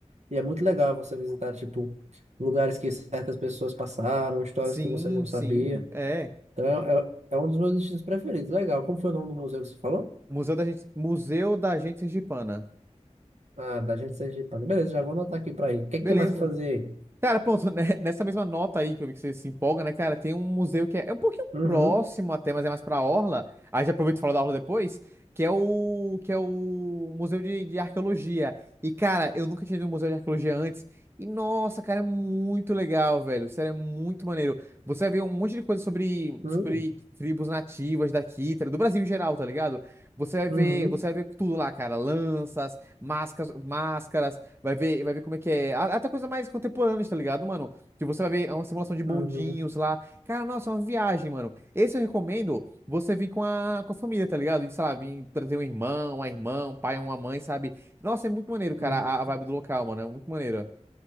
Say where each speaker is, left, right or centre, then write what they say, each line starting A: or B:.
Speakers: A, on the right; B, on the right.
A: E é muito legal você visitar, tipo, lugares que certas pessoas passaram, histórias
B: sim,
A: que você não sabia.
B: sim, é.
A: Então, é, é é um dos meus destinos preferidos. Legal. Como foi o nome do museu que você falou?
B: Museu da gente, Museu da Gente Sergipana.
A: Ah, da gente Sergipana. Beleza, já vou anotar aqui pra ir. O que é
B: Beleza.
A: que tem mais pra fazer aí?
B: Cara, pronto, né, <laughs> nessa mesma nota aí que eu vi que você se empolga, né, cara? Tem um museu que é, é um pouquinho
A: Uhum,
B: próximo até, mas é mais pra Orla. Aí já aproveito e falo da Orla depois, que é o que é o Museu de, de Arqueologia. E, cara, eu nunca tinha ido no Museu de Arqueologia antes. E, nossa, cara, é muito legal, velho. Sério, é muito maneiro. Você vai ver um monte de coisa sobre,
A: uhum,
B: sobre tribos nativas daqui, tá ligado? do Brasil em geral, tá ligado? Você vai
A: uhum,
B: ver, você vai ver tudo lá, cara. Lanças, máscaras, máscaras. Vai ver, vai ver como é que é. A- Até coisa mais contemporânea, tá ligado, mano? Que você vai ver é uma simulação de bondinhos
A: uhum,
B: lá. Cara, nossa, é uma viagem, mano. Esse eu recomendo você vir com a, com a família, tá ligado? E, sei lá, vir trazer um irmão, uma irmã, um pai, uma mãe, sabe? Nossa, é muito maneiro, cara,
A: uhum.
B: a, a vibe do local, mano. É muito maneiro.